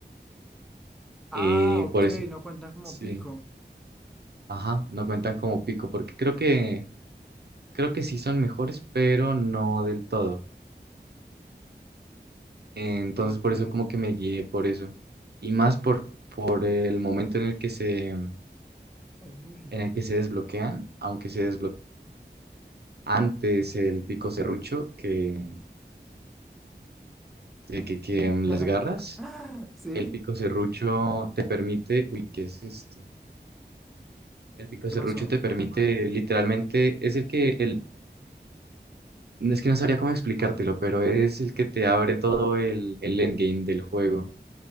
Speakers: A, in the centre; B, on the right (about 65°).
A: ah,
B: Y
A: ok,
B: por eso,
A: no cuentan como
B: sí,
A: pico.
B: ajá, no cuentan como pico, porque creo que, creo que sí son mejores, pero no del todo. Entonces,
A: Ok.
B: por eso como que me guié por eso. Y más por, por el momento en el que se, en
A: Uy.
B: el que se desbloquean, aunque se desbloquea antes el pico serrucho que, que, que que las
A: <laughs>
B: garras.
A: ¿Sí?
B: El pico serrucho te permite, uy, ¿qué es esto? El pico
A: ¿Qué
B: serrucho
A: pasó?
B: te permite, literalmente, es el que, el, no, es que no sabría cómo explicártelo, pero es el que te abre todo el, el endgame del juego.